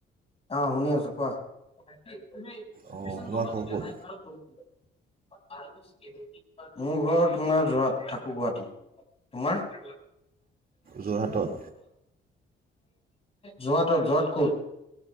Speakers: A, on the left (about 30°); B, on the right (about 45°).
A: অ', শুনি আছো কোৱা?
B: অঁ তোমাৰ ঘৰ
A: <unintelligible>
B: ক'ত
A: মোৰ ঘৰ তোমাৰ যোৰহাট থাকো গুৱাহাটী। তোমাৰ?
B: যোৰহাটত
A: যোৰহাটত যোৰহাট কত?